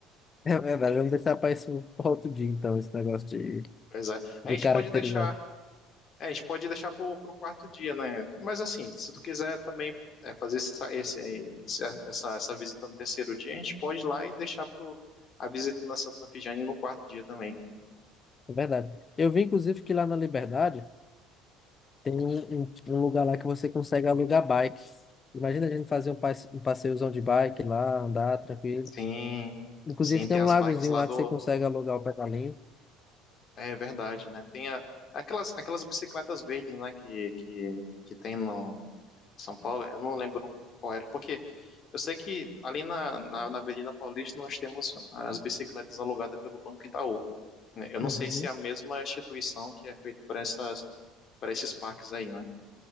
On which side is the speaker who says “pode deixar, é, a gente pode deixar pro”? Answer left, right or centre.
Left